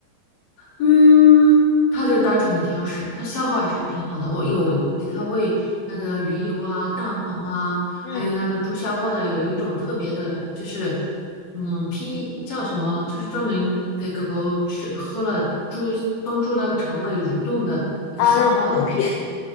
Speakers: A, on the left; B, on the left.
A: 嗯，他就是单纯的挑食，他消化还是挺好的。我有给他喂那个鱼油啊、蛋黄啊，
B: 嗯，
A: 还有那个助消化的有一种特别的，就是嗯，P 叫什么，就是专门给狗狗吃喝了助帮助那个肠胃蠕动的一个消化的东西
B: 啊，那种补品，